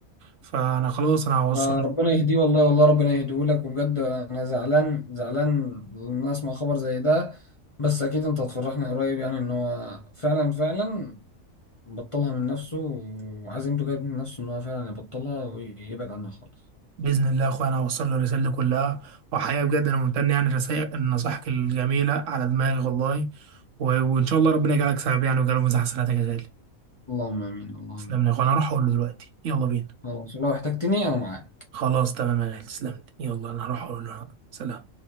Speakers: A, on the right; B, on the left.
A: فأنا خلاص أنا هوصل
B: آه، ربنا يهديه والله والله ربنا يهديه لك وبجد انا زعلان زعلان ان انا اسمع خبر زي ده بس اكيد انت هتفرحني قريب يعني ان هو فعلا فعلا بطلها من نفسه وعزيمته جت من نفسه ان هو فعلا يبطلها ويبعد عنها خالص
A: بإذن الله يا أخويا أنا هوصل له الرسالة دي كلها وحقيقة بجد أنا ممتن يعني لرسائل نصائحك الجميلة على دماغي والله و- وإن شاء الله ربنا يجعلك سبب يعني ويجعله مزاح حسناتك يا غالي
B: اللهم امين اللهم
A: تسلم
B: امين
A: لي يا أخويا أنا هروح أقول له دلوقتي يلا بينا
B: خلاص لو احتجتني انا معاك
A: خلاص تمام يا غالي تسلم لي يلا أنا هروح أقول له سلام